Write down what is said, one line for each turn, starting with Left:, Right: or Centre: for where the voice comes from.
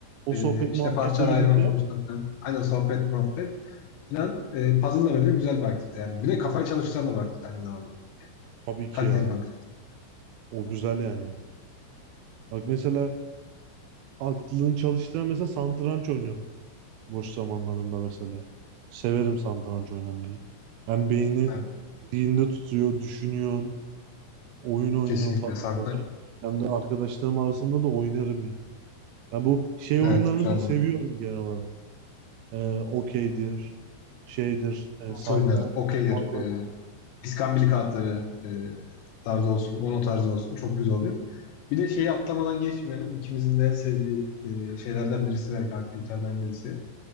Right: O
Left: Ee,
Right: sohbet
Left: işte
Right: muhabbetle
Left: parçalar
Right: birlikte
Left: ayırma konusunda falan. Aynen sohbet muhabbet. İnan e, puzzle'la beraber güzel bir aktivite yani. Bir de kafayı çalıştıran da bir aktivite aynı zamanda.
Right: tabii ki
Left: Kaliteli
Right: ya.
Left: bir aktivite.
Right: O güzel yani. Bak mesela aklın çalıştığı mesela satranç oynuyorum. Boş zamanlarımda mesela. Severim satranç oynamayı. Hem beyni
Left: Evet,
Right: zihinde tutuyor, düşünüyorsun. Oyun oynuyorum
Left: kesinlikle
Right: falan
Left: santa.
Right: böyle. Hem de arkadaşlarım arasında da oynarım yani. Ben bu şey
Left: Evet,
Right: oyunlarını
Left: güzel
Right: da seviyorum
Left: bu.
Right: genel olarak. Ee, okeydir, şeydir, e,
Left: Masa
Right: satranç,
Left: oyunları, okeydir,
Right: tavla.
Left: e, iskambil kağıtları e, tarzı olsun, ono tarzı olsun çok güzel oluyor. Bir de şeyi atlamadan geçmeyelim. İkimizin de en sevdiği e, şeylerden birisi belki aktivitelerden birisi.